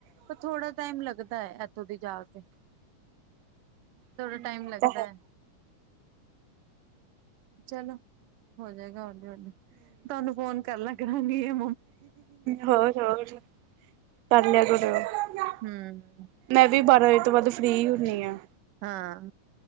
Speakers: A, on the right (about 80°); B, on the right (about 70°).
A: ਪਰ ਥੋੜ੍ਹਾ ਟਾਈਮ ਲੱਗਦਾ ਹੈ, ਇੱਥੋਂ ਦੀ ਜਾ, ਕੇ ਥੋੜਾ
B: ਹਮ
A: ਟਾਈਮ
B: ਇਹ
A: ਲੱਗਦਾ
B: ਤਾਂ
A: ਹੈ। ਚਲੋ ਹੋ ਜਾਏਗਾ ਹੋਲੀ-ਹੋਲੀ ਤੁਹਾਨੂੰ ਫੋਨ ਕਰ ਲਾ ਕਰਾਂਗੀ ਆ।
B: ਹੋਰ-ਹੋਰ, ਕਰ ਲਿਆ ਕਰੋ।
A: ਹੂੰ।
B: ਮੈਂ ਵੀ ਬਾਰਾਂ ਵਜੇ ਤੋਂ ਬਾਅਦ ਫਰੀ ਹੀ ਹੁੰਣੀ ਹਾਂ।
A: ਹਾਂ